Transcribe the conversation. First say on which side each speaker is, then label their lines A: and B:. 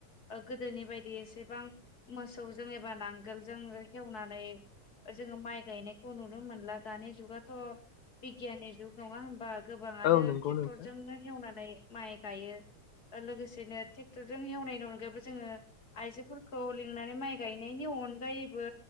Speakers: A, on the left (about 30°); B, on the left (about 70°).
A: ओ गोदोनि बायदि एसेबां मोसौ जों एबा नां गोलजों हेवनानै जोङो माइ गायनायखौ नुनो मोनला दानि जुगाथ' बिगियननि जुग नङा होनबा गोबाङानो
B: औ नंगौ
A: टेक्टरजोंनो
B: नोंथां
A: हेवनानै माइ गायो लोगोसेनो टेक्टरजों हेवनायनि अनगायबो जोङो आइजोफोरखौ लिंनानै माइ गायनायनि अनगायैबो